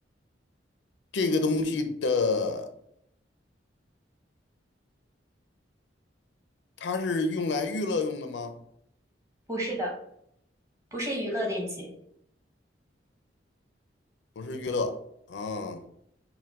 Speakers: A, on the left; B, on the right.
A: 这个东西的它是用来娱乐用的吗？
B: 不是的，不是娱乐电器，
A: 不是娱乐啊，